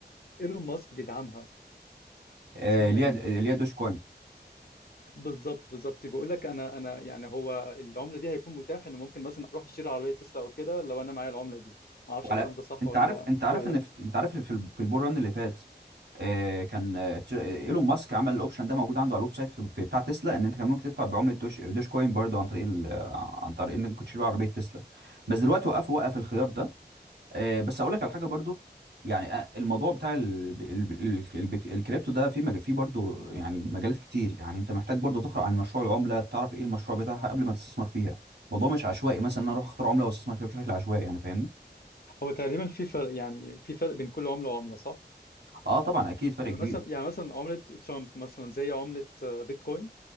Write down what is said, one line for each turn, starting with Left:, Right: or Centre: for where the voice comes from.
Left: ايلون ماسك بيدعمها
Right: آه،
Left: اسمها
Right: اللي
Left: ايه
Right: هي اللي هي دوش كوين
Left: بالظبط بالظبط بيقول لك انا انا يعني هو العمله دي هيكون متاح انه ممكن مثلا اروح اشتري عربيه تسلا او كده لو انا معايا العمله دي ما اعرفش
Right: وعلى
Left: الكلام ده صح
Right: انت
Left: ولا
Right: عارف انت عارف
Left: ولا
Right: ان في... انت عارف في ال- في البول ران اللي فات آه، كان آه، تر- آه، ايلون ماسك عمل الاوبشن ده موجود عنده على الويب سايت في... في بتاع تسلا ان انت كان ممكن تدفع بعمله دوش دوش كوين برضو عن طريق ال... آه، عن طريق انك كنت تشتري عربيه تسلا بس دلوقتي وقف وقف الخيار ده آه، بس اقول لك على حاجه برضو يعني آه، الموضوع بتاع ال... ال... ال... البت- الكريبتو ده في مج... فيه برضو يعني مجالات كتير يعني انت محتاج برضو تقرا عن مشروع العمله تعرف ايه المشروع بتاعها قبل ما تستثمر فيها الموضوع مش عشوائي مثلا إن انا اروح اختار عمله واستثمر فيها بشكل عشوائي يعني فاهمني
Left: هو تقريبا في فرق يعني في فرق بين كل عملة وعملة صح؟
Right: اه طبعا اكيد فرق
Left: يعني
Right: كبير
Left: مثلا يعني مثلا عملة ترامب مثلا زي عملة آه، بيتكوين